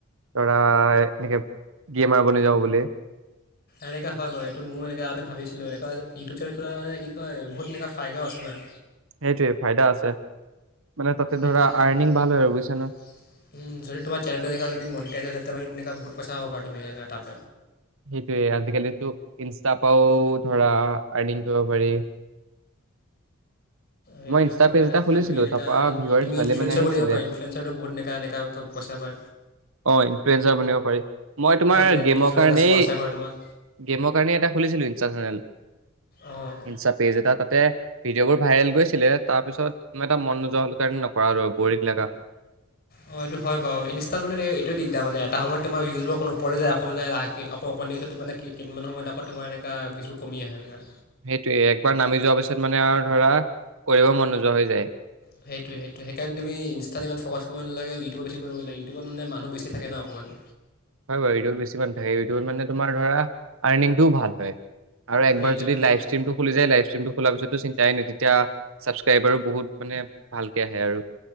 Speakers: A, on the right (about 65°); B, on the left (about 45°).
A: ধৰা এনেকে গেমাৰ বনি যাওঁ বুলি
B: এনেকৈ হয় বাৰু এইটো মোৰ এনেকৈ আগতে ভাবিছিলোঁ এনেকুৱা ইউটিউব চেনেল খোলা মান কি কয় বহুত এনেকুৱা ফাইদাও আছে না
A: সেইটোৱেই ফাইদা আছে। মানে তাতে ধৰা
B: এতিয়া
A: আৰ্নিং
B: যদি
A: ভাল হয় আৰু বুজিছা ন?
B: তোমাৰ চেনেলটো দেখা য মনটোক বহুত পইচা পাবা তুমি তাত
A: সেইটোৱে আজিকালিতো ইনষ্টাৰ পৰাও ধৰা আৰ্নিং কৰিব পাৰি
B: সেইটোৱে
A: মই ইনচটা
B: হয়
A: পেজ এটা
B: কিবা
A: খুলিছিলোঁ।
B: তুমি এনেকা
A: তাপা ভিউৱাজ
B: তুমি
A: ভালে
B: ইনফ্লুৱেঞ্চাৰ
A: মানে আহিছিলে।
B: বনিব পাৰা ইনফ্লুৱেঞ্চাৰটো বহুত এনেকা এনেকা পইচা পায়
A: অ ইনপেৰেজাৰ বনিব পাৰি। মই তোমাৰ
B: ব্ৰেণ্ড
A: গেমৰ
B: ৰিলচ এনেকৈ
A: কাৰণে
B: স্পনচাৰ কৰে তোমাক
A: গেমৰ কাৰণে এটা খোলিছিলো ইনচটা চেনেল।
B: অঁ
A: ইনষ্টা পেজ এটা তাতে ভিডিঅ' বোৰ ভাইৰেল গৈছে। ছিলে তাৰ পিছত এটা মন নোযোৱা হ'ল কাৰণে নকৰা হলো বৰিং লগা হ'ল।
B: অ এইটো হয় বাৰু ইনিষ্টা মানে এইটো দিগদাৰ মানে। এটা সময়ত তোমাৰ ভিউজবোৰ অকণ ওপৰলৈ যায়। আকৌ বোলে লাহেকে আকৌ অকণ দেৰি পিছত কি মানে কেইদিনমান সময়ত আকৌ তোমাৰ এনেকা ভিউজ বোৰ কমি আহে এনেকা।
A: সেইটোয়ে একবাৰ নামি যোৱা পিছত মানে আৰু ধৰা কৰিব মন নোযোৱা হৈ যায়।
B: সেইটোৱে সেইটোৱে হেকাণে তুমি ইনষ্টাত ইমান ফকাছ কৰিবালে ইউিউব বেচি কৰিব লাগে। ইউটউবত মানে মানুহ বেছি থাকে ন অকণমান।
A: হয় বাৰু ইউটিউবত বেছি মানুহ থাকে ইউিউবত মানে তোমাৰ ধৰা আৰ্নিংটো ভাল হয়। আৰু একবাৰ
B: সেইটোৱে
A: যদি
B: মানে
A: লাইভ ষ্ট্ৰিমটো খুলি যায় লাইভ ষ্টিমটো। খোলা পিছতো চিন্তাই নাই তেতিয়া চচস্ক্ৰাইবাৰো বহুত মানে ভালকে আহে আৰু।